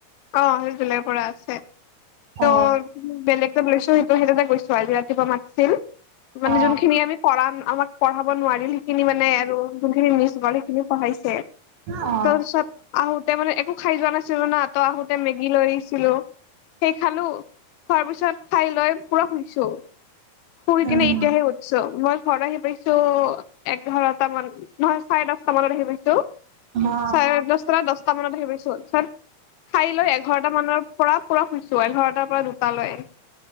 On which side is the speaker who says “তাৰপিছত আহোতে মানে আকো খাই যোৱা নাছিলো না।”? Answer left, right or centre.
Left